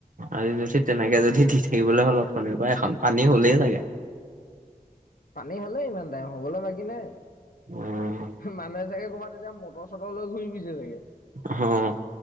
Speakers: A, on the right; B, on the left.
A: আৰু তেনেকে যদি দি থাকিবলৈ হ'ল অথনিৰ পৰা এখন পানী হলেই চাগে। <inaudible>
B: পানী হলেই ইমান টাইম হবলৈ বাকী নাই
A: উম
B: মানুহে চাগে ক'ৰবাত তেতিয়া মটৰ চটৰ লৈ ঘূৰি ফুৰিছে চাগে
A: আহ